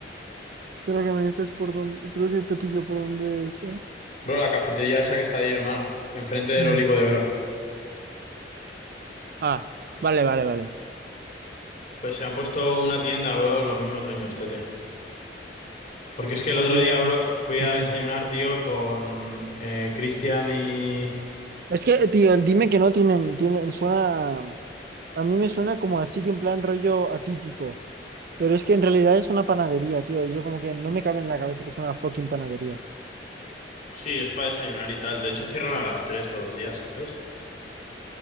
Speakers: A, on the right; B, on the left.
A: Creo que me dices por dónde, creo que te pilló por dónde es, ¿eh?
B: Bro, la cafetería esa que está ahí, hermano. Enfrente del
A: Ah,
B: Olivo de Oro.
A: Ah, vale, vale, vale.
B: Pues se han puesto una tienda, bro, los mismos dueños, tete. Porque es que el otro
A: Qué-
B: día, bro, fui
A: qué
B: a
A: cheto.
B: desayunar, tío, con eh, Cristian y...
A: Es que, tío, el dime que no tienen, tienen, suena. A mí me suena como a sitio en plan rollo atípico, pero es que en realidad es una panadería, tío. Y yo como que no me cabe en la cabeza que es una fucking panadería.
B: Sí, es para desayunar y tal. De hecho, cierran a las 3 todos los días, ¿sabes?